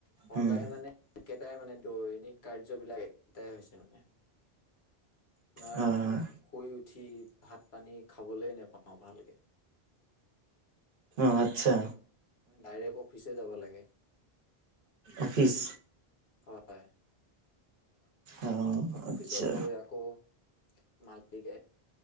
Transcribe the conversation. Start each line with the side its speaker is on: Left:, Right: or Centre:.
Left: সদায়
Right: উম,
Left: মানে একেটাই, মানে দৈনিক কাৰ্যবিলাক একেটাই হৈছে মানে। আপোনাৰ
Right: হয়, হয়।
Left: শুই উঠি ভাত পানী খাবলৈ নোপাওঁ ভালকে।
Right: আতচ্ছা।
Left: ডাইৰেক্ট অফিচে যাব লাগে।
Right: অফিচ।
Left: হয়।
Right: অ', আচ্ছা
Left: অফিচত গৈ আকৌ মালিকে